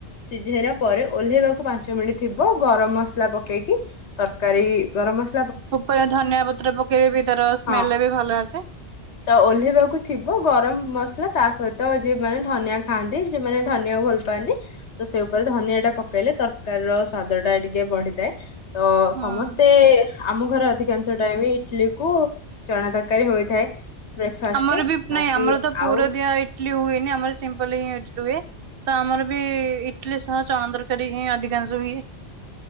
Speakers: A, on the left (about 75°); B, on the right (about 60°).
A: ସିଝେଇଲା ପରେ ଓହ୍ଲେଇବାକୁ ପାଞ୍ଚ ମିନିଟ ଥିବ ଗରମ ମସଲା ପକେଇକି ତରକାରୀ ଗରମ ମସ
B: ଉପରେ ଧନିଆ ପତ୍ର ପକେଇଲେବି ତାର ସ୍ମେଲ
A: ହଁ
B: ବି ଭଲ ଆସେ।
A: ତ ଓହ୍ଲେଇବାକୁ ଥିବ ଗରମ ମସଲା ତା ସହିତ ତ ଯିଏ ମାନେ ଧନିଆ ଖାଆନ୍ତି ଯିଏ ମାନେ ଧନିଆକୁ ଭଲ ପାନ୍ତି। ସେ ଉପରେ ଧନିଆ ଟା ପକେଇଲେ ତରକାରୀ ର ସ୍ଵାଦ ଟା ଟିକେ ବଢିଥାଏ। ତ
B: ହଁ
A: ସମସ୍ତେ ଆମ ଘରେ ଅଧିକାଂଶ ଟାଇମ ଚିଲିକୁ। ଚଣା ତରକାରୀ ହୋଇଥାଏ। ବ୍ରେକଫାଷ୍ଟରେ
B: ଆମର ବି
A: ବାକି
B: ନାଇଁ ଆମର ତ ପୁର
A: ଆଉ
B: ଦିଆ ଇଟଲିି ହୁଏନି ଆମର ସିମ୍ପଲ ହି ରୁହେ ତ ଆମର ବି ଇଟଲିି ସହ ଚଣା ତରକାରୀ ହିଁ ଅଧିକାଂଶ ହୁଏ,